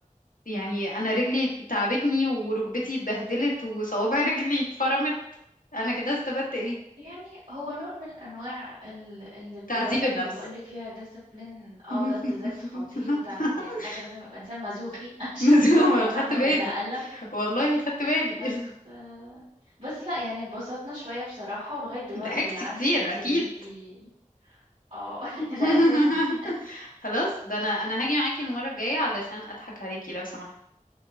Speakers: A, on the left; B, on the right.
A: يعني انا رجلي تعبتني وركبتي اتبهدلت وصوابع <laughs> رجلي اتفرمت انا كده استفدت ايه
B: يعني هو نوع من انواع ال... الرياضة
A: تعذيب النفس
B: اللي بقولك فيها ديسيبلين اه
A: <laughs>
B: جلد ذات خطير وتع... ويعني حاجة لازم يبقى انسان مزوخي <laughs> عشان
A: مزومة
B: يروح يلعبها
A: خدت بالي
B: ويتألم
A: والله خدت بالي
B: بس آه، بس لا يعني اتبسطنا شوية بصراحة ولغاية دلوقتي
A: <laughs> ضحكت
B: عندي
A: كتير
B: flexibility
A: اكيد
B: اه <laughs>
A: <laughs>
B: ده أساسي <laughs>
A: خلاص ده انا انا هاجي معاكي المرة الجاية علشان اضحك عليكي لو سمحتي